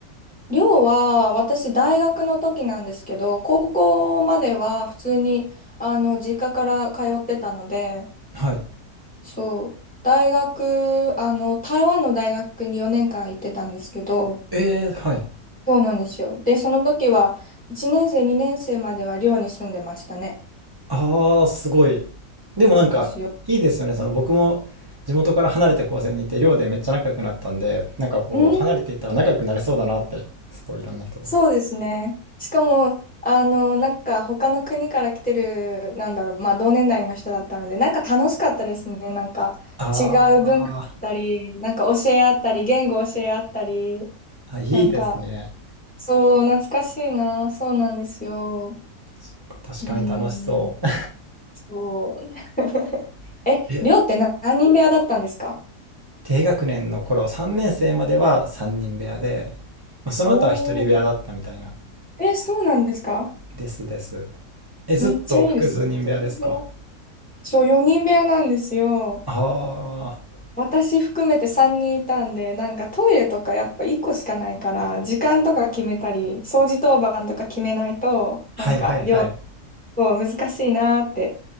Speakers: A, in the centre; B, on the right (about 35°).
A: 寮は、私、大学の時なんですけど、高校までは普通に、あの、実家から通ってたので、
B: はい。
A: そう、大学、あの、台湾の大学に4年間行ってたんですけど、
B: えー、はい。
A: そうなんですよ。で、その時は、1年生、2年生までは寮に住んでましたね。
B: ああ、すごい。でもなんか、
A: なんですよ。
B: いいですよね。その僕も地元から離れて高専にいて、寮でめっちゃ仲良くなったんで、なんかこう、
A: うーん、
B: 離れていったら仲良くなれそうだなって、すごいいろんな人と。
A: そうですね。しかも、あの、なんか、他の国から来てる、なんだろう、まあ、同年代の人だったので、なんか楽しかったですね。なんか、
B: あ
A: 違う文化だったり、なんか教え合ったり、言語教え合ったり、
B: ーあ、いいですね。
A: なんか、そう、懐かしいな。そうなんですよ。
B: そっか、確かに楽しそう。
A: うーん、そう。<laughs>
B: <laughs>
A: え、
B: え、
A: 寮って何人部屋だったんですか
B: 低学年の頃、3年生までは3人部屋で、まあその後は1人部屋だったみたいな。
A: おお。え、そうなんですか
B: ですです。え、ずっと複数人部屋ですか
A: めっちゃいいですね。一人部屋そう、4人部屋なんですよ。
B: ああー、
A: 私含めて3人いたんで、なんかトイレとかやっぱ1個しかないから、時間とか決めたり、掃除当番とか決めないと、
B: はいはいはい。
A: なんか量、そう、難しいなーって